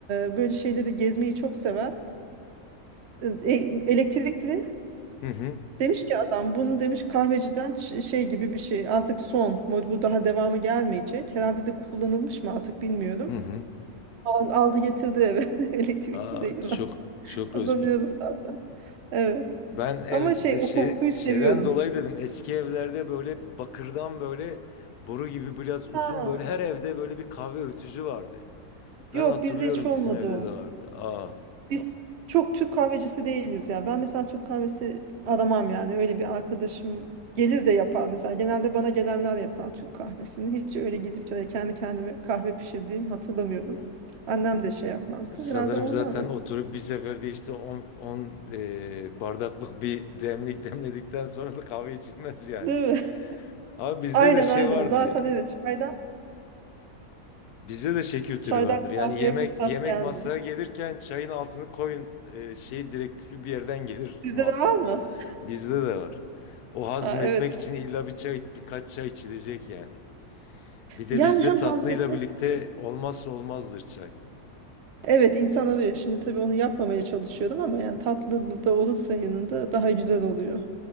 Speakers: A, on the right; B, on the left.
A: e, böyle şeyleri gezmeyi çok sever. E, e- elektrikli.
B: Hı hı
A: Demiş ki adam bunu demiş kahveciden ç- şey gibi bir şey. Artık son mod bu daha devamı gelmeyecek. Herhalde de kullanılmış mı artık bilmiyorum.
B: hı hı.
A: Al- aldı getirdi eve. <laughs> Elektrikli
B: Aa,
A: değil mi?
B: çok
A: <laughs>
B: çok
A: Kullanıyoruz
B: özgün.
A: bazen. Evet.
B: Ben evde
A: Ama şey
B: şey
A: o kokuyu
B: şeyden
A: seviyorum.
B: dolayı dedim eski evlerde böyle bakırdan böyle boru gibi biraz uzun
A: Ha.
B: böyle her evde böyle bir kahve ötücü vardı.
A: Yok
B: Ben hatırlıyorum
A: bizde hiç olmadı
B: bizim evde
A: o.
B: de vardı. Aa.
A: Biz çok Türk kahvecisi değiliz ya. Ben mesela Türk kahvesi aramam yani. Öyle bir arkadaşım gelir de yapar mesela. Genelde bana gelenler yapar Türk kahvesini. Hiç öyle gidip de kendi kendime kahve pişirdiğim hatırlamıyorum.
B: hı.
A: Annem de şey yapmazdı.
B: Sanırım
A: Herhalde ondan
B: zaten
A: öyle.
B: oturup bir seferde işte 10 10 e, bardaklık bir demlik <laughs> demledikten sonra da kahve içilmez yani.
A: Değil mi?
B: Ama
A: <laughs>
B: bizde
A: Aynen
B: de şey
A: aynen.
B: vardır
A: Zaten
B: yani.
A: evet çaydan
B: Bizde de şey kültürü
A: çaydan
B: vardır. Yani
A: kahveye
B: yemek
A: fırsat
B: yemek
A: gelmiyor.
B: masaya gelirken çayın altını koyun e, şey direktifi bir yerden gelir
A: Sizde
B: muhakkak.
A: de var mı?
B: Bizde de var. O hazmetmek
A: Ha, evet.
B: için illa bir çay birkaç çay içilecek yani. Bir de
A: Yani
B: bizde
A: hem
B: tatlıyla
A: hazmetmek
B: birlikte
A: için.
B: olmazsa olmazdır çay.
A: Evet insan arıyor. Şimdi tabii onu yapmamaya çalışıyorum ama yani tatlı da olursa yanında daha güzel oluyor.